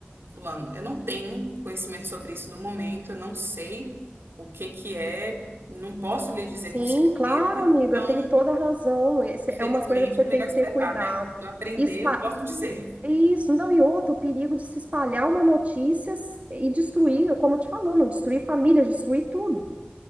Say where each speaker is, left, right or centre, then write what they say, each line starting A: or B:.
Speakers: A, on the right; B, on the right.
A: Fulano, eu não tenho conhecimento sobre isso no momento, eu não sei o que que é, não posso lhe dizer
B: Sim,
A: com certeza,
B: claro, amiga,
A: então,
B: tem toda a razão. Esse
A: infelizmente,
B: é uma coisa que você
A: é
B: tem
A: melhor
B: que
A: esperar,
B: ter cuidado.
A: né? Quando eu aprender,
B: Espa-
A: eu posso dizer.
B: Isso, não, e outra, o perigo de se espalhar uma notícia e destruir, como eu te falou, não destruir famílias, destruir tudo.